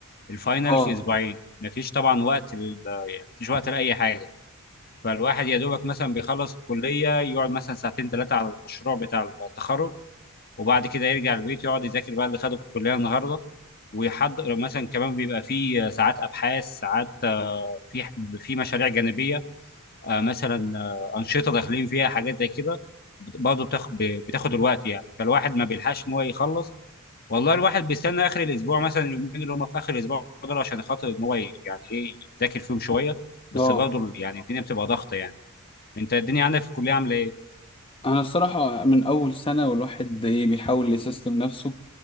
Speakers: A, on the left; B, on the left.
A: الفاينل
B: اه
A: في اسبوعين مفيش طبعا وقت لل يعني مفيش وقت لاي حاجه فالواحد يا دوبك مثلا بيخلص الكليه يقعد مثلا ساعتين ثلاثه على المشروع بتاع التخرج وبعد كده يرجع البيت يقعد يذاكر بقى اللي خده في الكليه النهارده ويحضر مثلا كمان بيبقى في ساعات ابحاث ساعات آه، في في مشاريع جانبيه آه، مثلا آه، انشطه داخلين فيها حاجات زي كده بت- برضه بتاخد ب- بتاخد الوقت يعني فالواحد ما بيلحقش ان هو يخلص والله الواحد بيستنى اخر الاسبوع مثلا اليومين اللي هم في اخر الاسبوع دول عشان خاطر ان هو ي- يعني ايه يذاكر فيهم شويه بس
B: اه
A: برضه يعني الدنيا بتبقى ضغط يعني انت الدنيا عندك في الكليه عامله ايه؟
B: انا الصراحه من اول سنه والواحد ايه بيحاول يسيستم نفسه